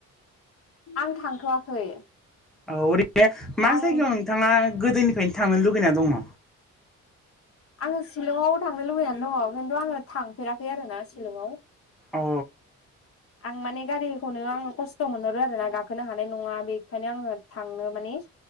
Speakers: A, on the left; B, in the centre.
A: आं थांथ'वाखै
B: औ ओरैनो मा
A: आं
B: जायगायाव नोंथाङा गोदोनिफ्रायनो थांनो लुगैना दङ।
A: आङो शिलंआव थांनो लुबैनानै दङ खिन्थु आङो थांफेराखै आरोना शिलंआव
B: अ
A: आं माने गारिखौनो आङो खस्थ' मोनहरो आरोना गाखोनो हान नङा बेनिखायनो आङो थांनो माने